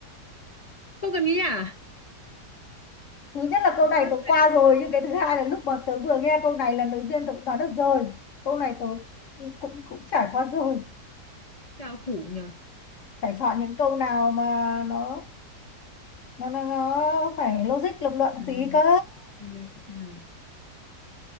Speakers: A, on the left; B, on the left.
A: không cần nghĩ à
B: thứ nhất là câu
A: có
B: này tớ qua rồi nhưng cái thứ hai là lúc mà tớ vừa nghe câu này lần đầu tiên tớ cũng đoán được rồi câu này tớ cũng cũng cũng trải qua rồi
A: cao thủ nhờ
B: phải chọn những câu nào mà nó nó nó nó phải logic lập luận
A: à,
B: tí cơ
A: ừ, ừ.